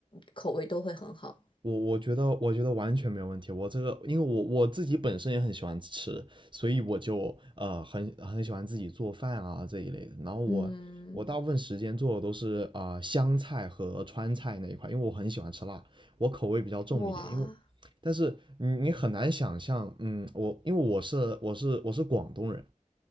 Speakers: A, on the left; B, on the right.
A: 口味都会很好。
B: 我我觉得我觉得完全没有问题。我这个因为我我自己本身也很喜欢吃，所以我就呃很很喜欢自己做饭啊这一类的。然后我我大部分时间做的都是啊、
A: 嗯，
B: 呃湘菜和川菜那一块，因为我很喜欢吃辣，我口味比较重一点，
A: 哇
B: 因为。但是你你很难想象，嗯，我因为我是我是我是广东人，